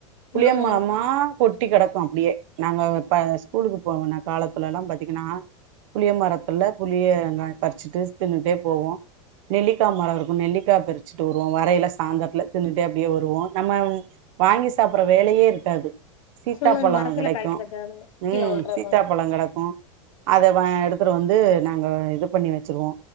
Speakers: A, on the right (about 65°); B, on the left (about 80°).
A: புளிய
B: ம்
A: மரமா
B: ம்
A: கொட்டி கடக்கு அப்டியே நாங்க அப்ப ஸ்கூலுக்கு போன காலத்துலல்லா பாத்தீங்கன்னா புளிய மரத்துல புளிய பறிச்சுட்டு தின்னுட்டே போவோ நெல்லிக்கா மரோருக்கு நெல்லிக்கா பறிச்சுட்டு வருவோ வரையில சாந்தரத்துல தின்னுட்டே அப்படியே வருவோ நம்ம வாங்கி சாப்பர்ற வேலையே இருக்காது சீத்தாப்பழோ
B: ஃபுல்லா அந்த மரத்துல
A: கெடைக்கு
B: காய்க்கிறது அதுங்க
A: ம்
B: கீழ உழ்றதா
A: சீத்தாப்பழோ கெடக்கு அத வா எடுத்துட்டு வந்து நாங்க இது பண்ணி வச்சுருவோ